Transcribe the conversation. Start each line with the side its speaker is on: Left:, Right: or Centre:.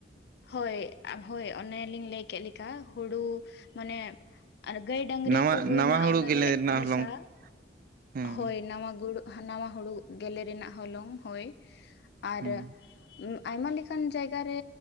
Left: ᱦᱳᱭ ᱦᱳᱭ ᱚᱱᱮᱞᱤᱧ ᱞᱟᱹᱭ ᱠᱮᱫ ᱞᱮᱠᱟ ᱦᱩᱲᱩ ᱢᱟᱱᱮ ᱟᱨ ᱜᱟᱹᱭ ᱰᱟᱺᱝᱨᱤ
Right: ᱱᱟᱣᱟ
Left: ᱠᱚ ᱦᱩᱭᱱᱟ
Right: ᱱᱟᱣᱟ ᱦᱩᱲᱩ
Left: ᱚᱱᱟᱨᱮ
Right: ᱜᱮᱞᱮ ᱨᱮᱱᱟᱜ
Left: ᱢᱮᱥᱟ
Right: ᱦᱚᱞᱚᱝ ᱦᱮᱸ
Left: ᱦᱳᱭ ᱱᱟᱣᱟ ᱜᱩᱲᱩ ᱱᱟᱣᱟ ᱦᱩᱲᱩ ᱜᱮᱞᱮ ᱨᱮᱱᱟᱜ ᱦᱚᱞᱚᱝ ᱦᱳᱭ ᱟᱨ
Right: ᱦᱮᱸ
Left: ᱟᱭᱢᱟ ᱞᱮᱠᱟᱱ ᱡᱟᱭᱜᱟᱨᱮ